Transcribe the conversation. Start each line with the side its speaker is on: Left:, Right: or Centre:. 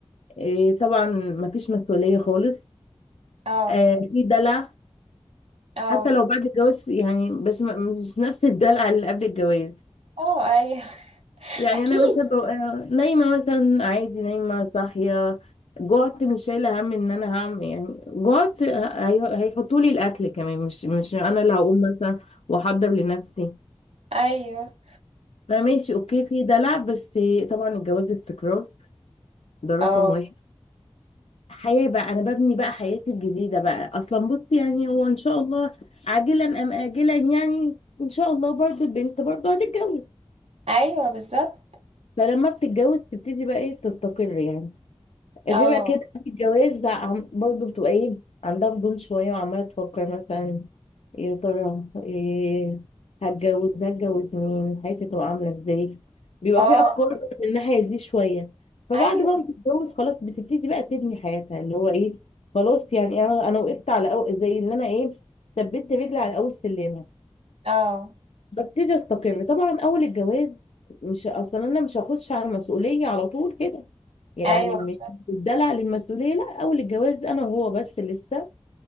Left: إيه طبعا مفيش مسؤوليه خالص
Right: اه
Left: آه في دلع
Right: اه
Left: حتى لو بعد الجواز يعني بس م- مش نفس الدلع اللي قبل الجواز
Right: اه ايوه <laughs>
Left: يعني
Right: اكيد
Left: انا مثلا ببقى نايمه مثلا عادي نايمه صاحيه جعت مش شايله هم ان انا هعمل يعني جعت هيحطوا لي الاكل كمان مش مش انا اللي هقوم مثلا واحضر لنفسي
Right: ايوه
Left: فماشي اوكي في دلع بس طبعا الجواز استقرار ده رقم
Right: اه
Left: واحد حياة بقى أنا ببني بقى حياتي الجديدة بقى أصلا بصي يعني هو إن شاء الله عاجلا أم آجلا يعني إن شاء الله برضه البنت برضه هتتجوز
Right: ايوه بالظبط
Left: فلما بتتجوز تبتدي بقى إيه تستقر يعني غير
Right: اه
Left: اكيد قبل الجواز لا، عم- برضه بتبقى ايه عندها فضول شويه وعماله تفكر مثلا يا ترى إيه هتجوز هتجوز مين حياتي تبقى عامله ازاي بيبقى
Right: اه
Left: في افكار من الناحيه دي شويه فبعد
Right: ايوه
Left: بقى ما بتتجوز خلاص بتبتدي بقى تبني حياتها اللي هو ايه خلاص يعني انا انا وقفت على أو زي اللي انا ايه ثبت رجلي على اول سلم
Right: اه
Left: ببتدي استقر طبعا اول الجواز مش اصلا انا مش هخش على المسؤوليه على طول كده يعني
Right: ايوه
Left: مش
Right: بالظبط
Left: بدلع للمسؤوليه لا اول الجواز انا وهو بس لسه